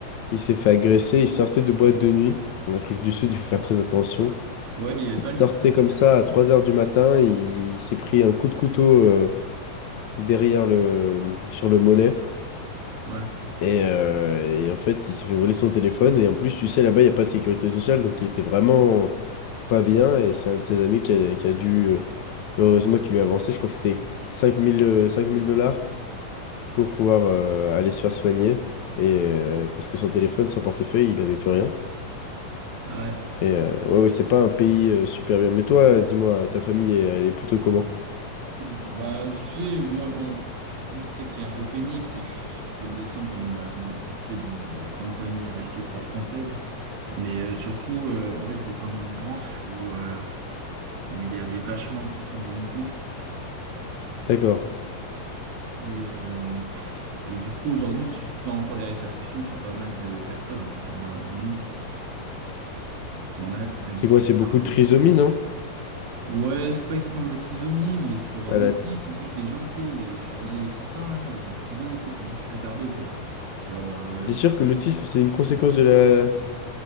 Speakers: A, on the left; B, on the right.
A: Il s'est fait agresser, il sortait de boîte de nuit. En Afrique du Sud, il faut faire très attention.
B: Ouais, mais il y avait
A: Il
B: pas
A: sortait
B: d'histoire là-dessus,
A: comme
B: je
A: ça
B: crois.
A: à 3 heures du matin, il, s'est pris un coup de couteau. euh, derrière le sur le mollet
B: Ouais.
A: Et, euh, et en fait, il se fait voler son téléphone. Et en plus, tu sais, là-bas, il n'y a pas de sécurité sociale. Donc, il était vraiment pas bien. Et c'est un de ses amis qui a, qui a dû. euh, Heureusement qu'il lui a avancé. Je crois que c'était cinq mille dollars pour pouvoir euh, aller se faire soigner. Et, euh, parce que son téléphone, son portefeuille, il n'avait plus rien.
B: Ah ouais.
A: Et euh, ouais, ouais, c'est pas un pays euh, super bien. Mais toi, dis-moi, ta famille, elle, elle est plutôt comment?
B: Bah, tu sais, moi, bon, moi, c'est ça qui est un peu pénible, c'est que je je descends d'une, euh, tu sais, d'une euh, grande famille aristocrate française, mais euh, surtout, euh, en fait, je descends d'une branche où euh, où il y avait vachement de consanguinité
A: D'accord.
B: et euh, et du coup, aujourd'hui, tu as encore les répercussions sur pas mal de personnes en fait hein, dans la famille. T'en as quand même
A: C'est
B: qui
A: quoi?
B: sont
A: C'est
B: retardés.
A: beaucoup de trisomie, non?
B: Ouais, c'est pas exactement de la trisomie, mais tu peux avoir
A: Elle
B: de l'autisme ou juste des gens, tu sais, euh, j'en ai certains là, de mes cousins, tu sais, ils sont juste attardés, tu vois. Genre, euh,
A: T'es sûr que l'autisme, c'est une conséquence de la, de